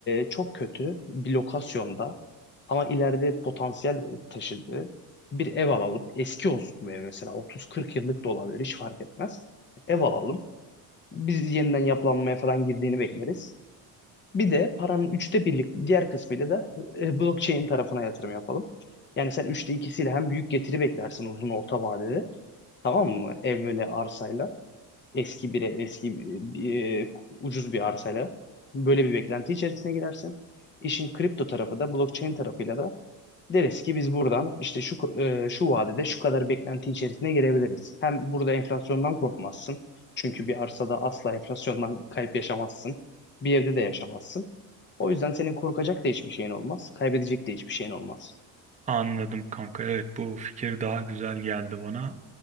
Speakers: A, on the left; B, on the right.
A: e, çok kötü bir lokasyonda ama ileride potansiyel taşıdığı bir ev alalım. Eski olsun bu ev mesela 30-40 yıllık da olabilir hiç fark etmez. Ev alalım. Biz yeniden yapılanmaya falan girdiğini bekleriz. Bir de paranın üçte birlik diğer kısmıyla da e, blockchain tarafına yatırım yapalım. Yani sen üçte ikisiyle hem büyük getiri beklersin uzun orta vadede. Tamam mı? Ev böyle arsayla. Eski bir ev, eski bir- e, ucuz bir arsayla böyle bir beklenti içerisine girersin. İşin kripto tarafı da blockchain tarafıyla da deriz ki biz buradan işte şu e, şu vadede şu kadar beklenti içerisine girebiliriz. Hem burada enflasyondan korkmazsın. Çünkü bir arsada asla enflasyondan kayıp yaşamazsın. Bir evde de yaşamazsın. O yüzden senin korkacak da hiçbir şeyin olmaz. Kaybedecek de hiçbir şeyin olmaz.
B: anladım kanka evet bu fikir daha güzel geldi bana.